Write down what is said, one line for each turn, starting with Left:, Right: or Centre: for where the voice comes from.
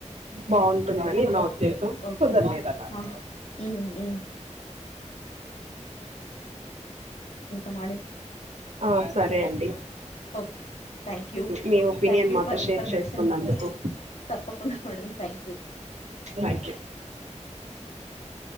Right: బా అని నా ఉద్దేశం
Left: ఓకే
Right: కుదరలేదనారు
Left: ఆ
Right: <inaudible>
Left: ఉమ్ ఉమ్ ఎంతమొర్న్గ్
Right: ఆ సరే అండి
Left: ఓకే థ్యాంక్ యూ
Right: మీ ఒపీనియన్
Left: థ్యాంక్ యూ
Right: మాతో
Left: ఫర్
Right: షేర్
Left: ఇన్ఫర్మేషన్
Right: చేసుకున్నందుకు
Left: తప్పకుండా madam thank you
Right: thank you